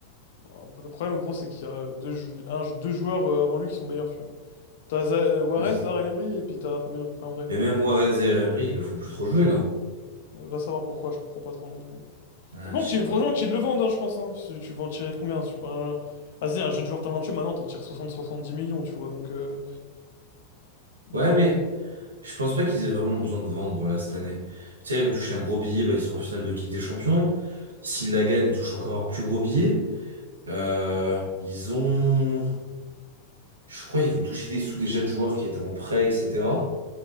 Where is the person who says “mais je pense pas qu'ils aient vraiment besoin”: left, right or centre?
Right